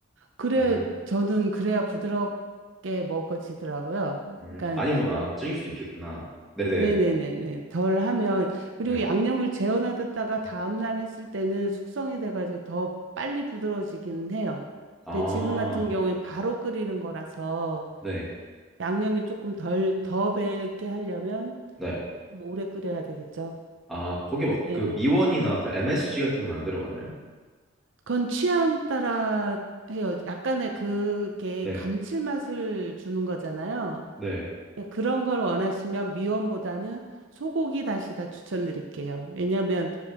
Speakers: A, on the right (about 65°); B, in the centre.
A: 그래,
B: 음,
A: 저는 그래야 부드럽게 먹어지더라고요.
B: 음,
A: 그러니까,
B: 아니면 아, 찌길 수도 있겠구나. 네, 네,
A: 네네네네. 덜 하면, 그리고
B: 네.
A: 양념을 재워놔뒀다가 다음날 했을 때는 숙성이 돼가지고 더 빨리 부드러워지기는 해요.
B: 아,
A: 근데 지금 같은 경우엔 바로 끓이는 거라서
B: 네,
A: 양념이 조금 덜, 더 배게 하려면
B: 네.
A: 좀 오래 끓여야 되겠죠.
B: 아, 거기 막
A: 네.
B: 그 미원이나 그 MSG 같은 건 안 들어가나요?
A: 그건 취향 따라 해요. 약간의 그게
B: 네,
A: 감칠맛을 주는 거잖아요.
B: 네,
A: 예, 그런 걸 원하시면 미원보다는 소고기 다시다 추천드릴게요. 왜냐하면